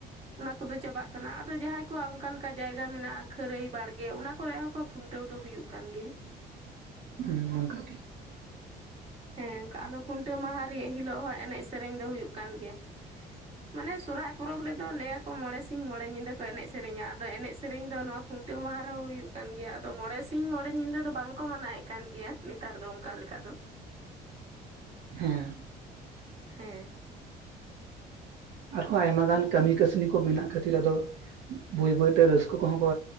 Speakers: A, on the right (about 35°); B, on the right (about 75°).
A: ᱚᱱᱟ ᱠᱚᱫᱚ ᱪᱟᱵᱟᱜ ᱠᱟᱱᱟ ᱟᱫᱚ ᱡᱟᱦᱟᱸᱭ ᱠᱚᱣᱟᱜ ᱚᱱᱠᱟ ᱞᱮᱠᱟ ᱡᱟᱭᱜᱟ ᱢᱮᱱᱟᱜᱼᱟ ᱠᱷᱟᱹᱨᱟᱹᱭ ᱵᱟᱲᱜᱮ ᱚᱱᱟ ᱠᱚᱨᱮ ᱦᱚᱸᱠᱚ ᱠᱷᱩᱱᱼᱼ ᱴᱟᱹᱣ ᱫᱚ ᱦᱩᱭᱩᱜ ᱠᱟᱱ ᱜᱮᱭᱟ
B: ᱦᱮᱸ ᱚᱱᱠᱟ ᱜᱮ᱾
A: ᱦᱮᱸ ᱟᱫᱚ ᱠᱷᱩᱱᱴᱟᱹᱣ ᱢᱟᱦᱟ ᱨᱮᱭᱟᱜ ᱦᱤᱞᱳᱜ ᱦᱚᱸ ᱮᱱᱮᱡ ᱥᱮᱨᱮᱧ ᱫᱚ ᱦᱩᱭᱩᱜ ᱠᱟᱱ ᱜᱮᱭᱟ ᱢᱟᱱᱮ ᱥᱚᱨᱦᱟᱭ ᱯᱚᱨᱚᱵᱽ ᱨᱮᱫᱚ ᱞᱟᱹᱭᱟᱠᱚ ᱢᱚᱬᱮ ᱥᱤᱧ ᱢᱚᱬᱮ ᱧᱤᱫᱟᱹ ᱠᱚ ᱮᱱᱮᱡ ᱥᱮᱨᱮᱧ ᱟᱫᱚ ᱮᱱᱮᱡ ᱥᱮᱨᱮᱧ ᱫᱚ ᱱᱚᱶᱟ ᱠᱷᱩᱱᱼᱼ ᱴᱟᱹᱣ ᱢᱟᱦᱟ ᱨᱮᱦᱚᱸ ᱦᱩᱭᱩᱜ ᱠᱟᱱ ᱜᱮᱭᱟ ᱟᱫᱚ ᱢᱚᱬᱮ ᱥᱤᱧ ᱢᱚᱬᱮ ᱧᱤᱫᱟᱹ ᱫᱚ ᱵᱟᱝᱠᱚ ᱢᱟᱱᱟᱣᱭᱮᱫ ᱠᱟᱱ ᱜᱮᱭᱟ ᱱᱮᱛᱟᱨ ᱫᱚ ᱚᱱᱠᱟ ᱞᱮᱠᱟ ᱫᱚ
B: ᱦᱮᱸ
A: ᱦᱮᱸ
B: ᱟᱨᱦᱚᱸ ᱟᱭᱢᱟ ᱜᱟᱱ ᱠᱟᱹᱢᱤ ᱠᱟᱹᱥᱱᱤ ᱠᱚ ᱢᱮᱱᱟᱜ ᱠᱷᱟᱹᱛᱤᱨ ᱟᱫᱚ ᱵᱟᱹᱭ ᱵᱟᱹᱭᱛᱮ ᱨᱟᱹᱥᱠᱟᱹ ᱠᱚᱦᱚᱸ ᱠᱚ